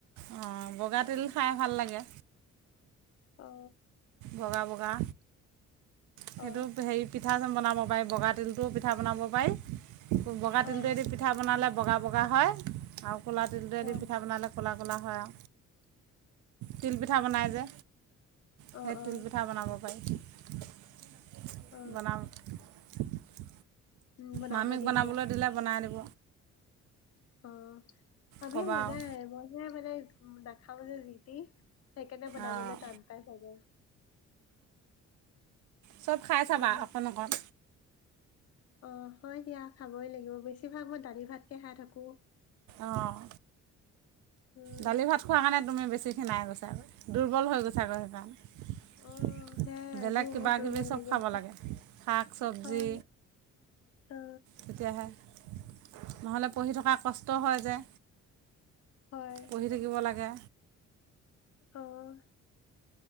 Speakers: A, on the right; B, on the left.
A: অঁ বগা তিল খাই ভাল লাগে।
B: অ
A: বগা বগা। সেইটো
B: অ
A: হেৰি পি। পিঠা চন বনাব পা বগা তিলটোও পিঠা বনাব পাৰি। পায়ি বগা তিলটোকে
B: অ
A: দি পিঠা বনালে। বগা বগা হয় আওঁ। ক'লা তিলটোৱে
B: অ
A: দি
B: অ
A: পিঠা বনালে ক'লা ক'লা হয় আ তিলপিঠা বনাই যে। সেই
B: অ অ
A: তিলপিঠা বনাব পাৰি। <unintelligible>
B: অ
A: বনাম। <unintelligible>
B: উম বনাব
A: মামীক
B: দিম
A: বনাবলৈ
B: দিয়া
A: দিলে বনাই দিব।
B: অ। আমি
A: ক'বা
B: মনাই
A: আৰু
B: মনাই মানে। নেখাও যে যিতি। সেইকাৰণে বনাবলৈ
A: অঁ
B: টান পাই চাগে।
A: চব খাই চাবা
B: উম
A: অকণ অকণ।
B: অ। হয় দিয়া খাবই লাগিব বেছিভাগ মই দালি ভাতকে খাই থাকো।
A: অঁ
B: উম
A: দালি ভাত খোৱাৰ কাৰণে তুমি বেছি। ছিখিনাই গৈছেগৈ দুৰ্বল হৈ গৈছোগৈ সেইকাৰণে?
B: অ সেয়াই আজিও
A: বেলেগ কিব
B: বহুত দুৰ্বল
A: কিবি চব
B: লাগি
A: খাব
B: আছে
A: লাগে শাক চবজি
B: হয় অ
A: তেতিয়াহে। নহ'লে পঢ়ি থকা কষ্ট হয় যে।
B: হয়
A: পঢ়ি থাকিব লাগে।
B: আহ